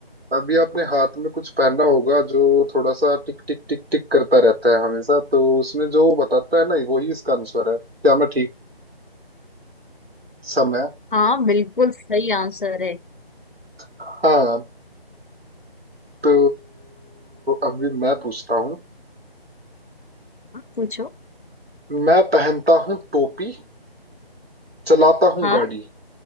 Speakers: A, on the right; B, on the left.
A: अभी आपने हाथ में कुछ पहना होगा जो थोड़ा सा टिक टिक टिक टिक करता रहता है हमेशा तो उसमें जो बताता है ना वही इसका आंसर है क्या मैं ठीक समय
B: हाँ बिल्कुल सही आंसर है
A: हाँ तो अभी मैं पूछता हूँ
B: हाँ, पूछो
A: मैं पहनता हूँ टोपी चलाता हूँ
B: हाँ
A: गाड़ी